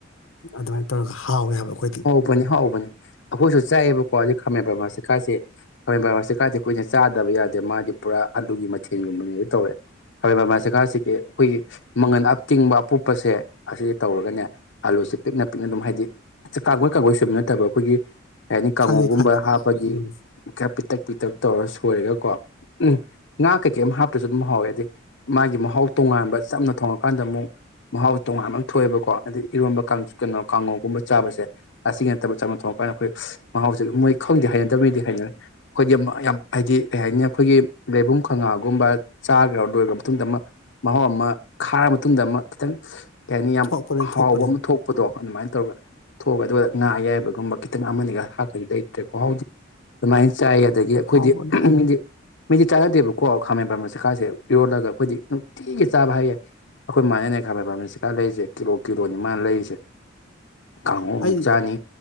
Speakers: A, on the left; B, on the left.
A: ꯑꯗꯨꯃꯥꯏꯅ ꯇꯧꯔꯒ ꯍꯥꯎꯋꯦ ꯍꯥꯏꯕ ꯑꯩꯈꯣꯏꯗꯤ
B: ꯍꯧꯕꯅꯤ ꯍꯧꯕꯅꯤ ꯑꯩꯈꯣꯏꯁꯨ ꯆꯥꯏꯑꯦꯕꯀꯣ ꯑꯗꯨ ꯈꯝꯃꯦꯕ ꯃꯥ ꯆꯀꯥꯁꯦ ꯈꯥꯋꯥꯦꯝ ꯕꯥꯕꯥ ꯆꯦꯀꯥꯗꯤ ꯑꯩꯈꯣꯏꯅ ꯆꯥꯗꯕ ꯌꯥꯗꯦ ꯃꯥꯗꯤ ꯄꯨꯔꯥ ꯑꯥꯂꯨꯒꯤ ꯃꯊꯦꯜꯒꯨꯝꯕꯅꯦꯣ ꯇꯧꯔꯦ ꯈꯥꯋꯥꯃꯦꯟꯕꯥ꯭ꯔꯕꯥ ꯆꯦꯀꯥꯁꯤꯒꯤ ꯑꯩꯈꯣꯏꯒꯤ ꯃꯪꯒꯜ ꯑꯞꯇꯤꯡꯕ ꯑꯄꯨꯞꯞꯄꯁꯦ ꯑꯁꯤꯗ ꯇꯧꯔꯒꯅꯦ ꯑꯂꯨꯁꯦ ꯄꯤꯛꯅ ꯄꯤꯛꯅ ꯑꯗꯨꯝ ꯍꯥꯏꯗꯤ ꯀꯥꯡꯒꯣꯏ ꯀꯥꯡꯒꯣꯏ ꯁꯣꯏꯕ ꯅꯠꯇꯕ ꯑꯩꯈꯣꯏꯒꯤ ꯍꯥꯏꯅꯤ ꯀꯥꯡꯃꯨꯒꯨꯝꯕ
A: ꯈꯪꯉꯤ ꯈꯪꯉꯤ
B: ꯍꯥꯞꯄꯒꯤ
A: ꯎꯝ
B: ꯄꯤꯛꯇꯛ ꯄꯤꯛꯇꯛ ꯇꯧꯔ ꯁꯣꯏꯔꯒꯀꯣ ꯎꯝ ꯉꯥ ꯀꯩꯀꯩ ꯑꯃ ꯍꯥꯞꯄꯁꯨ ꯑꯗꯨꯝ ꯍꯥꯎꯋꯦ ꯍꯥꯏꯗꯤ ꯃꯥꯒꯤ ꯃꯍꯥꯎ ꯇꯣꯉꯥꯟꯕ ꯆꯝꯅ ꯊꯣꯡꯉꯀꯥꯟꯗ ꯑꯃꯨꯛ ꯃꯍꯥꯎ ꯇꯣꯉꯥꯟꯕ ꯑꯃ ꯊꯣꯛꯑꯦꯕꯀꯣ ꯑꯗꯩ ꯏꯔꯣꯟꯝꯕ ꯀꯥꯡ ꯀꯩꯅꯣ ꯀꯥꯡꯉꯣꯒꯨꯝꯕ ꯆꯥꯕꯁꯦ ꯂꯥꯁꯇꯤꯡ ꯅꯠꯇꯕ ꯆꯥꯅ ꯊꯣꯡꯉꯀꯥꯟꯗ ꯑꯩꯈꯣꯏ ꯃꯍꯥꯎꯁꯦ ꯃꯣꯏ ꯈꯪꯗꯦ ꯍꯩꯅꯗꯕꯅꯤꯗꯤ ꯍꯩꯅꯔꯦ ꯑꯩꯈꯣꯏꯗꯤ ꯌꯥꯝ ꯍꯥꯏꯗꯤ ꯀꯩ ꯍꯥꯏꯅꯤ ꯑꯩꯈꯣꯏꯒꯤ ꯂꯩꯕꯨꯡ ꯈꯥꯉꯥꯒꯨꯝꯕ ꯆꯥꯈ꯭ꯔꯕ ꯂꯣꯏꯈ꯭ꯔ ꯃꯇꯨꯡꯗ ꯑꯃ ꯃꯍꯥꯎ ꯑꯃ ꯈꯥꯔ ꯃꯇꯨꯡꯗ ꯑꯃꯨ ꯈꯤꯇꯪ ꯀꯩ ꯍꯥꯏꯅꯤ ꯌꯥꯝ
A: ꯊꯣꯛꯄꯅꯤ
B: ꯍꯥꯎꯕ
A: ꯊꯣꯛꯄꯅꯤ
B: ꯑꯃ ꯊꯣꯛꯄꯗꯣ ꯑꯗꯨꯃꯥꯏꯅ ꯇꯧꯔꯒ ꯊꯣꯛꯑꯒ ꯑꯗꯨꯒ ꯉꯥ ꯑꯌꯥꯏꯕꯒꯨꯝꯕ ꯈꯤꯇꯪ ꯑꯃꯅꯤꯒ ꯍꯥꯞꯄꯗꯤ ꯂꯩꯇ꯭ꯔꯦꯀꯣ ꯍꯥꯎꯗꯤ ꯑꯗꯨꯃꯥꯏꯅ ꯆꯥꯏ ꯑꯗꯒꯤ ꯑꯩꯈꯣꯏꯗꯤ
A: ꯍꯥꯎꯕꯅꯤ
B: ꯃꯤꯗꯤ ꯃꯤꯗꯤ ꯆꯥꯅꯗꯦꯕꯀꯣ ꯈꯥꯃꯦꯟ ꯄꯝꯕꯟ ꯆꯤꯀꯥꯁꯦ ꯌꯣꯜꯂꯒ ꯑꯩꯈꯣꯏꯗꯤ ꯅꯨꯡꯊꯤꯒꯤ ꯆꯥꯕ ꯍꯥꯏꯌꯦꯏ ꯑꯩꯈꯣꯏ ꯃꯃꯅꯅꯦ ꯈꯥꯃꯦꯟ ꯄꯝꯕꯟ ꯆꯤꯀꯥ ꯂꯩꯔꯤꯁꯦ ꯀꯤꯂꯣ ꯀꯤꯂꯣꯅꯤ ꯃꯥꯅ ꯂꯩꯔꯤꯁꯦ ꯀꯥꯡꯉꯧ ꯑꯃꯨꯛ
A: ꯑꯩ
B: ꯆꯥꯅꯤ